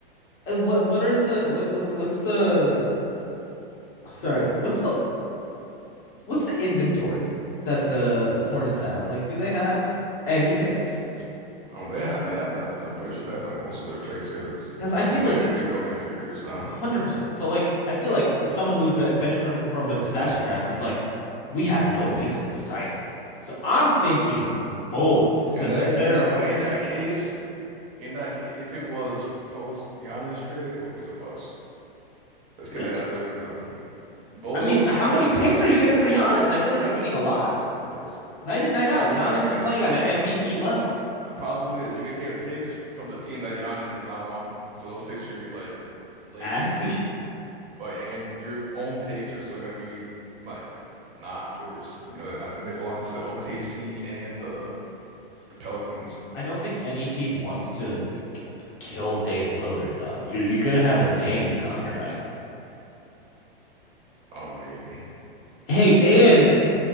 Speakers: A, on the left (about 65°); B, on the right (about 25°).
A: uh, what what is the what- what's the sorry, what's the what's the inventory that the Hornets have? Like, do they have any picks?
B: I mean, they have they have like I th- I'm pretty sure they have like most of their picks because
A: Because I
B: I
A: feel
B: mean
A: like
B: they've been rebuilding for years now.
A: 100%. So like I feel like someone who would be benefit from from a disaster draft is like we have no picks in sight. So I'm thinking Bulls because
B: In that,
A: they're,
B: ca-
A: they're
B: in that,
A: already
B: I mean, in that case, in that, ca- if it was post Giannis trade, it would be the Bucks. That's because
A: really.
B: they'd have literally nothing. Bulls,
A: I mean, how
B: they got,
A: many
B: they
A: picks
B: got. I
A: are
B: mean,
A: you
B: both
A: getting for
B: Bulls
A: Giannis?
B: have, Bulls
A: I feel like
B: have,
A: you're getting
B: Bulls
A: a lot.
B: have some of their picks.
A: Night in, night out,
B: Yeah, but
A: Giannis
B: yeah, but
A: is
B: yeah,
A: playing
B: but the thing,
A: at an
B: the,
A: MVP
B: but but the,
A: level.
B: the problem is you could get picks from the team that Giannis is now on. So those picks are gonna be like late
A: As
B: twenties, but and your own picks are still gonna be like not yours. You know, I think they belong to OKC and the the Pelicans.
A: <laughs> I don't think any team wants to k- kill Dame Lillard though. You're you're gonna have a Dame contract.
B: I mean.
A: Hey, and